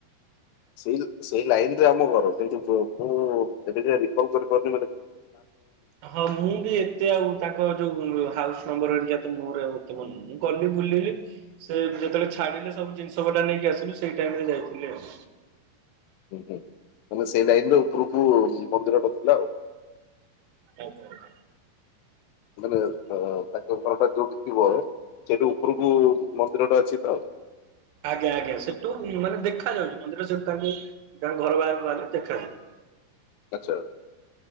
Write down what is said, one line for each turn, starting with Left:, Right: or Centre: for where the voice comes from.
Left: ସେଇଲ୍ ସେଇ ଲାଇନରେ ଆମ ଘର। କିନ୍ତୁ ମୁଁ ଏବେଯାଏଁ ରିକଲ କରିପାରୁନି ନ ହେଲେ
Right: ହଁ ମୁଁ ବି ଏତେ ଆଉ ତାଙ୍କ ଯୋଉ ଉଁ ହାଉସ୍ ନମ୍ବର ହେରିକା ତ ମୋର ଆଉ ଏତେ ମନେନାହିଁ। କଲୁ ବୁଲି ବୁଲି ସେ ଯେତେବେଳେ ଛାଡିଲେ ସବୁ ଜିନିଷ୍ ସ ପଟା ନେଇକି ଆସିଲୁ ସେଇ ଟାଇମରେ ଯାଇଥିଲି ଆଉ।
Left: ହୁଁ ହୁଁ ମାନେ ସେଇ ଲାଇନରେ ଉପୁରୁକୁ ମନ୍ଦିରଟା ଥିଲା ଆଉ।
Right: ଆଉ କଣ କହ?
Left: ମାନେ ଅ <unintelligible> ତାଙ୍କ ଘରଟା ଯୋଉଠି ଥିବ ସେଇଠି ଉପରକୁ ମନ୍ଦିରଟା ଅଛି ତ।
Right: ଆଜ୍ଞା ଆଜ୍ଞା ସେଠୁ ମାନେ ଦେଖା ଯାଉଛି ମନ୍ଦିର ସେଠୁ ତାଙ୍କୁ ତାଙ୍କ ଘର ବାହାରକୁ ବାହାରିଲେ ଦେଖା
Left: ଆଛା।